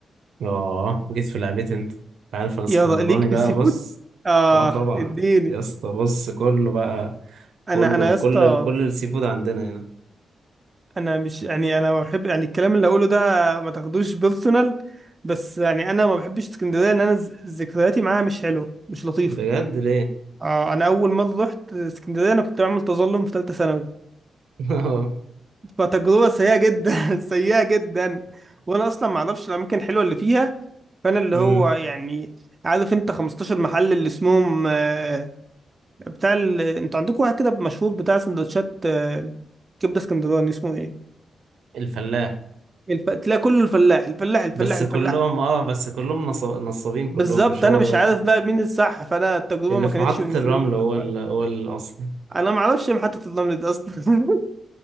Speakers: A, on the right; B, on the right.
A: اه جيت في لعبتي انت أنت عارف انا اسكندراني
B: يا ر- ليك في
A: بقى
B: السي
A: بص
B: فود اه
A: اه طبعا
B: اديني
A: يا اسطى بص كله بقى كله
B: انا انا يا
A: كل
B: اسطى
A: ال- كل السي فود عندنا هنا
B: انا مش يعني انا ما بحب يعني الكلام اللي هقوله ده ما تاخدوش بيرسونال بس يعني انا ما بحبش اسكندريه ان انا ز- ذكرياتي معاها مش حلوه مش لطيفه
A: بجد ليه
B: آه انا اول ما رحت اسكندريه انا كنت بعمل تظلم في ثالثه ثانوي
A: <laughs> اه
B: فتجربه سيئه جدا <laughs> سيئه جدا وانا اصلا ما اعرفش الاماكن الحلوه اللي فيها فانا اللي
A: أمم،
B: هو يعني عارف انت 15 محل اللي اسمهم آه، بتاع ال... انتوا عندكم واحد كده مشهور بتاع سندوتشات آه، كبده اسكندراني اسمه ايه
A: الفلاح
B: الف... تلاقي كله الفلاح الفلاح الفلاح
A: بس
B: الفلاح
A: كلهم اه بس كلهم نص- نصابين كلهم
B: بالظبط
A: مش هو
B: انا مش
A: ده
B: عارف بقى مين الصح فانا التجربه
A: اللي
B: ما
A: في
B: كانتش
A: محطة
B: بالنسبه
A: الرمل
B: لي الطف
A: هو ال...
B: حاجه
A: هو الأصلي
B: انا ما اعرفش محطه الرمل دي اصلا <laughs>